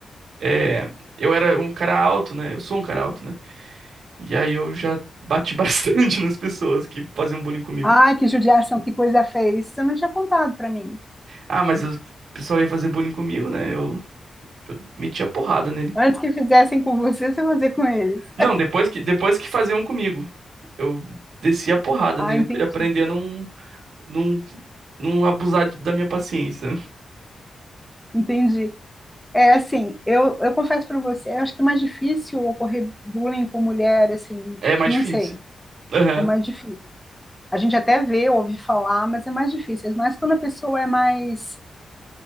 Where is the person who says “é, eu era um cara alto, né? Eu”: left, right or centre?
Right